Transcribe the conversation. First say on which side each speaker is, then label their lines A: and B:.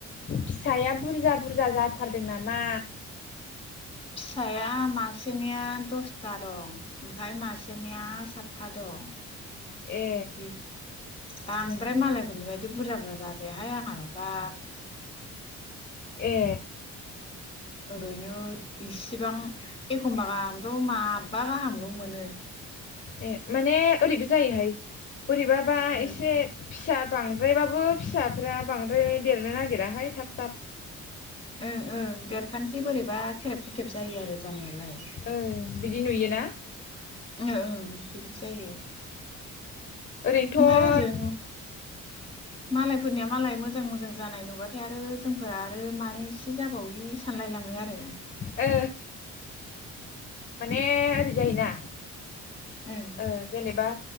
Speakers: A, on the left (about 40°); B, on the left (about 20°).
A: फिसाया बुरजा बुरजा जाथारदों नामा?
B: फिसाया मासेनिया दसथा दं ओमफ्राय मासेनिया सातथा दं।
A: ए
B: दे बांद्राय
A: ए
B: मालायफोरनि बाय दि बुरजा बुरजा जाजायाहाय आंहा माबा।
A: ए
B: ओरैनो इसिबां एखमबा गाहामथ' माबबा गाहामल' मोनो।
A: ए माने ओरैबो जायोहाय। बोरैबाबा
B: ओ
A: एसे फिसा बांद्रायबाबो फिसाफोरा बांद्राय देरनो नागिराहाय थाब थाब।
B: ओ ओ देरखान्थि बोरैबा खेरेब खेथेब जायो आरो। जानायालाय
A: ओं बिदि नुयोना
B: ओ ओं। बिदि जायो।
A: ओरैनोथ'
B: ओमफ्राय ओजों मालायफोरनिया मालाय मोजां मोजां जानाय नुबाथाय आरो जोंफोरा आरो मा नैसो जाबावै सानलायलाङो आरो।
A: ओ माने ओरै जायोना
B: ओं
A: ओ जेनेबा